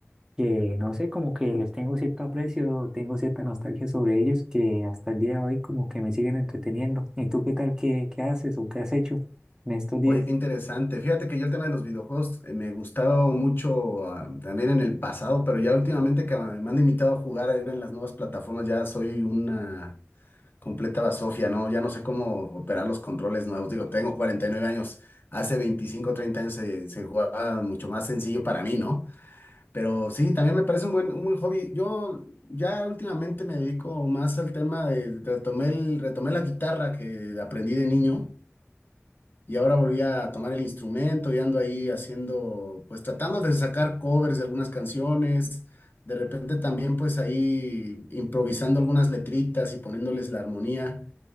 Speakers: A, on the right; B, on the left.
A: que no sé, como que les tengo cierto aprecio, tengo cierta nostalgia sobre ellos, que hasta el día de hoy como que me siguen entreteniendo. ¿Y tú qué tal? ¿Qué, qué haces o qué has hecho en estos días?
B: Oye, qué interesante. Fíjate que yo el tema de los videojuegos eh, me gustaba mucho ah, también en el pasado, pero ya últimamente que me han invitado a jugar ahí en las nuevas plataformas, ya soy una completa basofia, ¿no? Ya no sé cómo operar los controles nuevos. Digo, tengo 49 años. Hace 25 o 30 años se, se jugaba mucho más sencillo para mí, ¿no? Pero sí, también me parece un buen, un buen hobby. Yo ya últimamente me dedico más al tema de, retomé el- retomé la guitarra que aprendí de niño y ahora volví a tomar el instrumento y ando ahí haciendo, pues tratando de sacar covers de algunas canciones. De repente también pues ahí improvisando algunas letritas y poniéndoles la armonía.